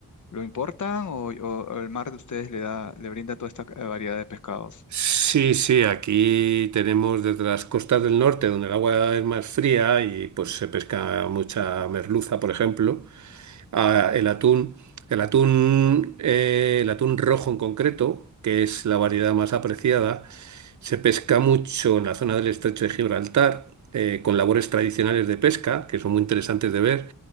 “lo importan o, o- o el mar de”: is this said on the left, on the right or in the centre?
Left